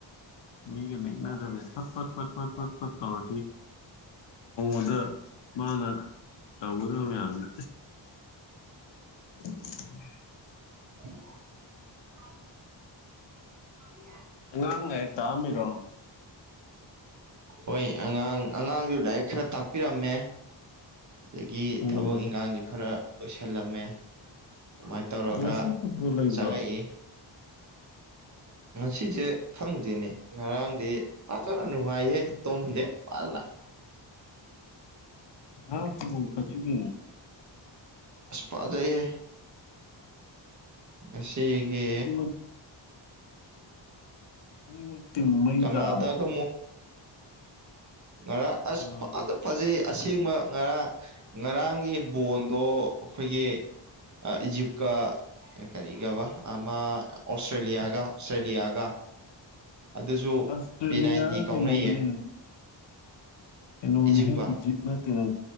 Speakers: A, on the left; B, on the right.
A: ꯃꯤꯒ ꯗꯕꯤ ꯐꯠꯄ ꯐ ꯐ ꯄꯋꯥ ꯑꯗ ꯃꯥꯅ ꯇꯧꯒꯗꯧꯔꯤꯕ ꯃꯌꯥꯝꯁꯦ <inaudible>
B: ꯎ <unintelligible>
A: ꯑꯉꯥꯡꯅ ꯍꯦꯛ ꯇꯥꯛꯑꯝꯃꯤꯔꯣ
B: ꯍꯣꯏ ꯑꯉꯥꯡ ꯑꯉꯥꯡꯁꯨ ꯂꯥꯏꯔꯤꯛ ꯈꯔ ꯇꯥꯛꯄꯤꯔꯝꯃꯦ ꯑꯗꯒꯤ
A: ꯎꯝ
B: ꯊꯕꯛ ꯏꯟꯈꯥꯡꯁꯨ ꯈꯔ ꯂꯣꯏꯁꯤꯜꯂꯝꯃꯦ ꯑꯗꯨꯃꯥꯏꯅ ꯇꯧꯔꯒ
A: ꯉꯁꯤ ꯐꯨꯠꯕꯣꯜ ꯂꯩꯕ꯭ꯔꯣ
B: ꯆꯪꯉꯛꯏ ꯉꯁꯤꯁꯦ ꯈꯪꯗ꯭ꯔꯤꯅꯦ ꯉꯔꯥꯡꯗꯤ ꯐꯖꯅ ꯅꯨꯡꯉꯥꯏꯍꯦ ꯇꯨꯝꯗꯦ ꯐꯅ
A: ꯑꯥꯎ ꯐꯨꯠꯕꯜ ꯐꯖ ꯌꯦ
B: ꯑꯁꯄꯥꯖꯏꯦ ꯑꯁꯤꯁꯒꯤ
A: ꯑꯅꯤꯃꯛ ꯑ ꯃ ꯃꯩꯗ
B: ꯀꯅꯥꯗꯥꯒ ꯉ ꯑꯁ
A: ꯎꯝ
B: ꯐꯖ ꯐꯖꯩ ꯑꯁꯦꯡꯕ ꯉꯔꯥꯡ ꯉꯔꯥꯡꯒꯤ ꯕꯣꯟꯗꯣ ꯑꯩꯈꯣꯏꯒꯤ ꯏꯖꯤꯞ ꯀ ꯑꯦ ꯀꯔꯤꯒꯕ ꯑꯃ ꯑꯣꯁꯇ꯭ꯔꯦꯂꯤꯌꯥꯒ ꯑꯣꯁꯇ꯭ꯔꯦꯂꯤꯌꯥꯒ ꯑꯗꯨꯁꯨ
A: ꯑꯁꯇ꯭ꯔꯦꯂꯤꯌꯥ
B: ꯄꯦꯅꯥꯏꯟꯇꯤ ꯀꯥꯎꯅꯩꯌꯦ
A: ꯀꯩꯅꯧꯕꯅꯦ ꯑꯦꯅ
B: ꯏꯖꯤꯞꯀ
A: ꯅ ꯏꯖꯤꯞ ꯅ ꯇꯔ